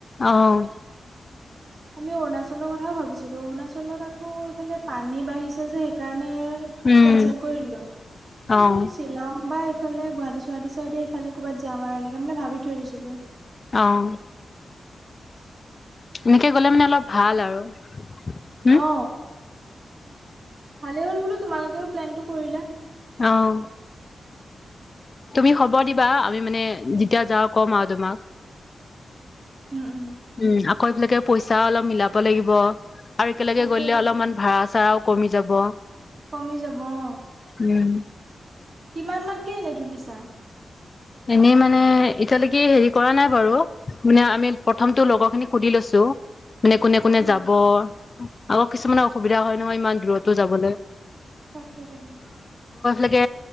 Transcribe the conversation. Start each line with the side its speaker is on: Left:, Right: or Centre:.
Left: আহ'।
Right: আমি অৰুণাচল <unintelligible> কথাও ভাবিছিলোঁ। অৰুণাচলত আকৌ এফালে পানী বাঢ়িছে যে হাই কাৰণে
Left: উম
Right: কেনচেল তাৰ পাছত
Left: অহ
Right: শ্বিলঙ বা এইফালে গুৱাহাটী সুৱাহতি সাইটে। যে আমাৰ এনেকে মান ভাবি থৈদিছিলো।
Left: অহ এনেকে গ'লে মানে অলপ ভাল আৰু হম।
Right: অ ভালে হ'ল বোলো তোমালোকেও প্লেনটো কৰিলা।
Left: অঁ। তুমি খবৰ দিবা আমি মানে যেতিয়া যাওঁ ক'ম আৰু তোমাক,
Right: উম উম
Left: উম আকৌ এইবিলাকে পইচা অলপ মিলাব লাগিব আৰু একেলগে
Right: তাকে
Left: গলে অলপমান ভাড়া, চাও কমি যাব।
Right: কমি যাব অ'।
Left: উম।
Right: কিমান মানকে এনে তুলিছা
Left: এনেই মানে এতিয়ালৈকে হেৰি কৰা নাই বাৰু মানে আমি প্ৰথমটো লগৰ খিনি সুধি লৈছো টো মানে কোনে কোনে
Right: অ
Left: যাব আকৌ কিছুমানৰ অসুবিধা হয় নহয় ইমান দূৰতো যাবলৈ
Right: তাকে তাকে
Left: আকে